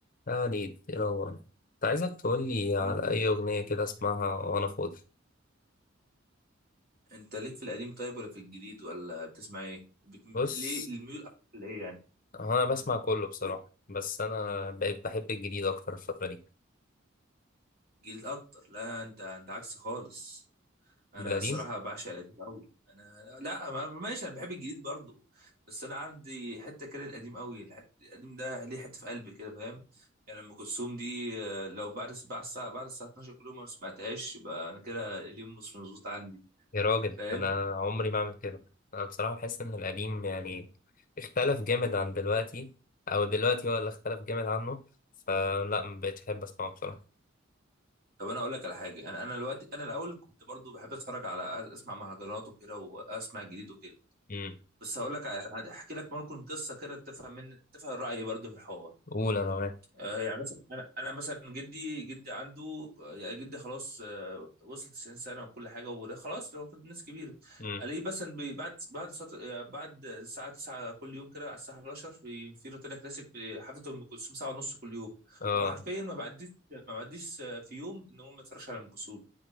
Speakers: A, on the left (about 45°); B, on the right (about 50°).
A: يعني يلا انت عايزك تقولي
B: الحمد
A: على
B: لله
A: أي أغنية كده أسمعها وأنا فاضي
B: انت ليك في القديم طيب ولا في الجديد ولا بتسمع ايه بت...
A: بص
B: ليه الميول اكتر لايه يعني
A: هو أنا بسمع كله بصراحة بس أنا بقيت بحب الجديد أكتر الفترة دي
B: جديد اكتر لا انت انت عكس خالص انا
A: من القديم
B: الصراحه بعشق القديم قوي انا لا ما... ماشي انا بحب الجديد برضو بس انا عندي حته كده القديم قوي الح- القديم ده ليه حته في قلبي كده فاهم يعني ام كلثوم دي آه، لو بعد بعد الساعه بعد الساعه 12 كل يوم ما سمعتهاش يبقى انا كده اليوم مش مظبوط عندي
A: يا راجل
B: فاهم
A: أنا عمري ما أعمل كده أنا بصراحة بحس إن القديم يعني اختلف جامد عن دلوقتي أو دلوقتي هو اللي اختلف جامد عنه فلا ما بقتش أحب أسمعه بصراحة
B: طب انا اقول لك على حاجه انا انا دلوقتي انا الاول كنت برضو بحب اتفرج على أس- اسمع مهرجانات وكده واسمع الجديد وكده
A: امم
B: بس هقول لك على- يعني هحكي لك ممكن قصه كده تفهم من تفهم رايي برضو في الحوار
A: قول أنا معاك
B: آه، يعني مثلا انا انا مثلا جدي جدي عنده آه، يعني جدي خلاص آه، وصل 90 سنه وكل حاجه وده خلاص لو ناس كبيره
A: امم
B: الاقيه مثلا بي- بعد بعد سط- يعني بعد الساعه 9 كل يوم كده على الساعه 11 في في روتانا كلاسيك بحفله ام كلثوم ساعه ونص كل يوم
A: آه
B: هو حرفيا ما بعديش ما بعديش آه، في يوم ان هو ما يتفرجش على ام كلثوم